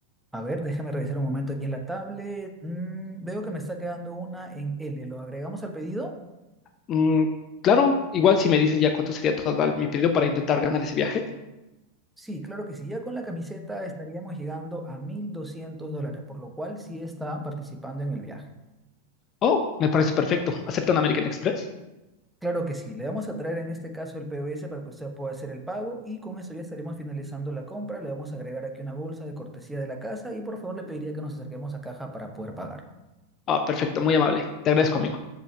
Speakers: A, in the centre; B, on the left.
A: A ver, déjeme revisar un momento aquí en la tablet. Mm, veo que me está quedando una en L. ¿Lo agregamos al pedido?
B: Mm, claro, igual si me dices ya cuánto sería total mi pedido para intentar ganar ese viaje.
A: Sí, claro que sí. Ya con la camiseta estaríamos llegando a 1.200 dólares, por lo cual sí está participando en el viaje.
B: Oh, me parece perfecto. ¿Aceptan American Express?
A: Claro que sí, le vamos a traer en este caso el POS para que usted pueda hacer el pago y con eso ya estaremos finalizando la compra. Le vamos a agregar aquí una bolsa de cortesía de la casa y por favor le pediría que nos acerquemos a caja para poder pagar.
B: Ah, perfecto, muy amable. Te agradezco, amigo.